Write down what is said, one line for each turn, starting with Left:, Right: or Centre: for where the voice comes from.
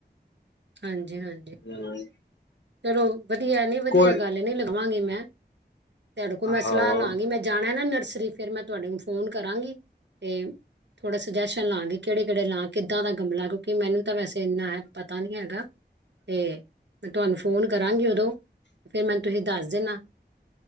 Right: ਹਾਂਜੀ-ਹਾਂਜੀ,
Left: <unintelligible>
Right: ਚਲੋ ਵਧੀਆ ਨੀ ਵਧੀਆ
Left: ਕੋਈ
Right: ਗੱਲ ਨੀ ਲਿਖਵਾਂਗੀ, ਮੈਂ'ਤੁਹਾਡੇ ਕੋਲ ਮੈਂ
Left: ਹਾਂ
Right: ਸਲਾਹ ਲਾਗੀ ਮੈਂ ਜਾਣਾ ਨਾ ਨਰਸਰੀ ਫਿਰ, ਮੈਂ ਤੁਹਾਡੇ ਫੋਨ ਕਰਾਂਗੀ ਤੇ ਥੋੜਾ ਸੁਜੈਸ਼ਨ ਲਾਗੀ ਕਿਹੜੇ-ਕਿਹੜੇ ਲਾ, ਕਿੱਦਾਂ ਦਾ ਗਮਲਾ ਕਿਉਂਕਿ ਮੈਨੂੰ ਤਾਂ ਵੈਸੇ ਇੰਨਾ ਹੈ ਪਤਾ ਨੀ ਹੈਗਾ ਅਤੇ ਮੈਂ ਤੁਹਾਨੂੰ ਫੋਨ ਕਰਾਂਗੀ, ਉਦੋਂ ਫਿਰ ਮੈਂਨੂੰ ਤੁਸੀਂ ਦੱਸ ਦੇਣਾ